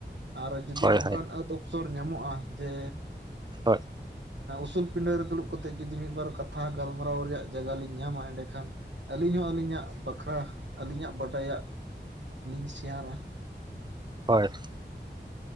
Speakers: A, on the right; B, on the right.
A: ᱟᱨ ᱡᱩᱫᱤ
B: ᱦᱳᱭ
A: ᱱᱚᱝᱠᱟᱱ
B: ᱦᱳᱭ
A: ᱟᱹᱛ ᱚᱠᱛ ᱚᱯᱥᱚᱨ ᱧᱟᱢᱚᱜᱼᱟ ᱡᱮ
B: ᱦᱳᱭ ᱾
A: ᱚᱱᱟᱮ ᱩᱥᱩᱞ ᱯᱤᱸᱰᱟᱹ ᱨᱮ ᱫᱩᱲᱩᱵ ᱠᱟ ᱚᱱᱮ ᱩᱥᱩᱞ ᱯᱤᱸᱰᱟ ᱨᱮ ᱫᱳᱲᱳᱵ ᱠᱟᱛᱮᱜ ᱡᱩᱫᱤ ᱢᱤᱫᱵᱟᱨ ᱠᱟᱛᱷᱟ ᱜᱟᱞᱢᱟᱨᱟᱣ ᱨᱮᱭᱟᱜ ᱡᱟᱭᱜᱟ ᱞᱤᱧ ᱧᱟᱢᱟ ᱮᱸᱰᱮᱠᱷᱟᱱ ᱟᱹᱞᱤᱧ ᱦᱚᱸ ᱟᱹᱞᱤᱧᱟᱜ ᱵᱟᱠᱷᱨᱟ ᱟᱹᱞᱤᱧᱟᱜ ᱵᱟᱰᱟᱭᱟᱜ ᱞᱤᱧ ᱥᱮᱭᱟᱨᱟ ᱾
B: ᱦᱳᱭ ᱾